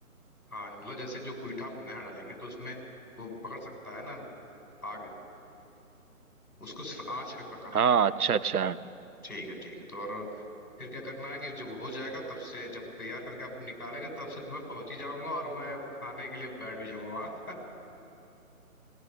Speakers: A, on the left; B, on the right.
A: हाँ मतलब जैसे जो गोईठा आप नया डालेंगे तो उसमें वो पकड़ सकता है ना आग उसको सिर्फ आंच पे पकाना
B: हाँ
A: है आपको
B: अच्छा अच्छा
A: ठीक है ठीक है तो और फिर क्या करना है कि जब वो हो जाएगा तब से जब तैयार करके आप निकालेंगे तब से तो मैं पहुंच ही जाऊंगा और मैं खाने के लिए बैठ भी जाऊंगा <laughs> वहाँ।